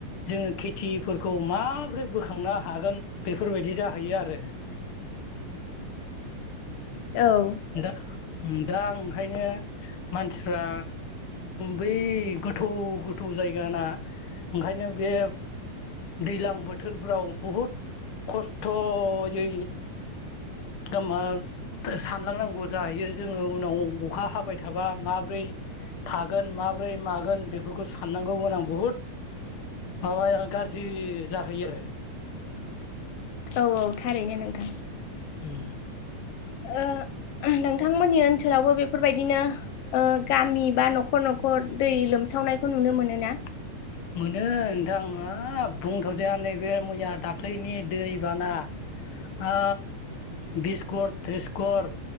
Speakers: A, on the left; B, on the left.
A: जोङो खेथिफोरखौ माबोरै बोखांनो हागोन बेफोरबायदि जाहैयो आरो। <inaudible>
B: औ
A: दा दा ओंखायनो मानसिफ्रा बै गोथौ गोथौ जायगा ना ओंखायनो बे दैज्लां बोथोरफ्राव बहुद खस्थ'यै दामा सान जालांनांगौ जाहैयो जोङो उनाव अखा हाबाय थाबा माब्रै थागोन माब्रै मागोन बेफोरखौ साननांगौमोन आं बुहुद माबाया गारजि जाहोयो
B: औ औ थारैनो नोंथां
A: उ
B: ओ नोंथांमोननि ओनसोलावबो बेफोरबायदिनो गामि बा न'खर न'खर दै लोमसावनाय यखौ नुनो मोनो ना?
A: मोनो नोंथां आं हाब बुंथ'जाया नैबे मैया दाख्लैनि दैबाना ओ बिसकर त्रिसकर